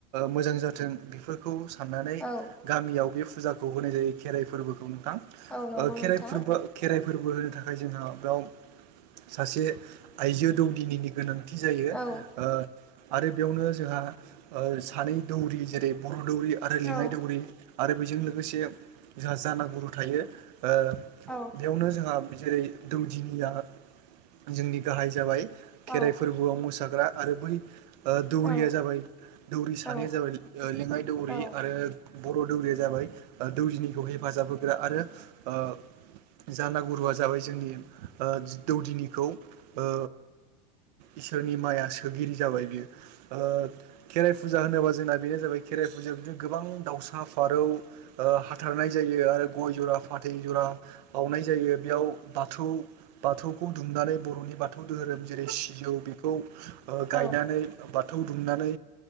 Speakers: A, on the right; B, in the centre.
A: मोजां जाथों ओ बेफोरखौ साननानै।
B: औ
A: गामियाव बे फुजाखौ होनाय जायो खेराइ फोरबोखौ नोंथां
B: औ नंगौ
A: खेराइ
B: नोंथां
A: फोरबो। खेराइ फोरबो होनो थाखाय जोंहा बेयाव सासे आइजो दौदिनिनि गोनां। थि जायो
B: औ
A: ओ। आरो बेयावनो जोंहा सानै दौरि जेरै बर' दौरि आरो
B: औ
A: लिङाइ दौरि। आरो बेजों लोगोसे जोंहा जानागुरु थायो ओ।
B: औ।
A: बेयावनो जोंहा जेरै दौदिनिया जोंनि गाहाय जाबाय।
B: औ
A: खेराइ फोरबोआव मोसाग्रा आरो बै। ओ दौरिया
B: औ
A: जाबाय दौरि सानैया
B: औ
A: जाबाय लेङाइ दौरि
B: औ
A: आरो। बर' दौरिया जाबाय दौरिनिखौ हेफाजाब होग्रा आरो ओ। जाना गुरुआ जाबाय जोंनि ओ दौदिनिखौ ओ। इसोरनि माइया सोगिरि जाबाय बियो। ओ खेराइ फुजा होनोबा जोंना बेनो जाबाय। खेराइ फुजायाव बिदिनो गोबां दावसा फारौ हाथारनाय जायो आरो गय जरा। फाथै जरा बावनाय जायो बेयाव बाथौ बाथौखौ दुमनानै बर'नि बाथौ। बाथौ धोरोम जेरै सिजौ बेखौ ओ
B: औ
A: गायनानै। बाथौ दुमनानै